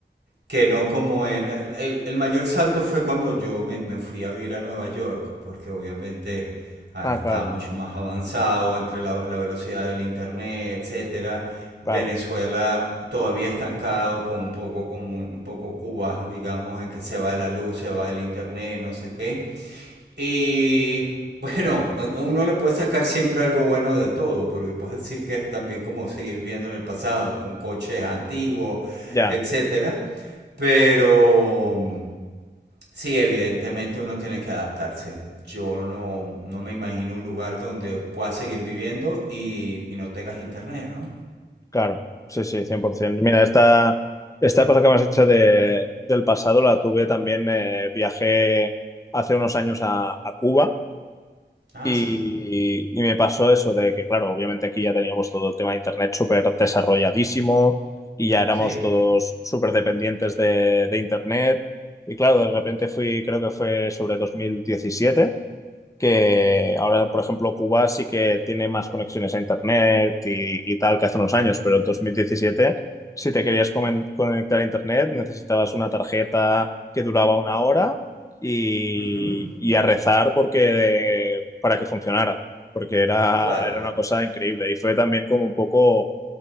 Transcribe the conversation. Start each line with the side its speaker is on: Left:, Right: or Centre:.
Right: que no como el, el, el mayor salto fue cuando yo me, me fui a vivir a Nueva York, porque obviamente ah,
Left: Ah,
Right: estaba
Left: claro,
Right: mucho más avanzado entre la, la velocidad del internet, etcétera.
Left: claro.
Right: Venezuela todavía estancado con un poco con un poco Cuba, digamos, en que se va de la luz, se va del internet, no sé qué. Y <laughs> bueno, a uno le puede sacar siempre algo bueno de todo, porque puedes decir que es también como seguir viendo en el pasado, con coches antiguos,
Left: Ya.
Right: etcétera. Pero sí, evidentemente uno tiene que adaptarse. Yo no, no me imagino un lugar donde puedas seguir viviendo y, y no tengas internet, ¿no?
Left: Claro, sí, sí, 100%. Mira, esta, esta cosa que me has dicho de, del pasado la tuve también, eh, viajé hace unos años a, a Cuba
Right: Ah,
Left: y,
Right: sí,
Left: y me pasó eso de que, claro, obviamente aquí ya teníamos todo el tema de Internet súper desarrolladísimo y ya éramos
Right: sí.
Left: todos súper dependientes de, de Internet. Y claro, de repente fui, creo que fue sobre 2017 que ahora, por ejemplo, Cuba sí que tiene más conexiones a Internet y, y tal que hace unos años, pero en 2017, si te querías comen- conectar a Internet, necesitabas una tarjeta que duraba una hora y,
Right: Ujú,
Left: y a rezar porque, para que funcionara, porque era,
Right: Claro.
Left: era una cosa increíble. Y fue también como un poco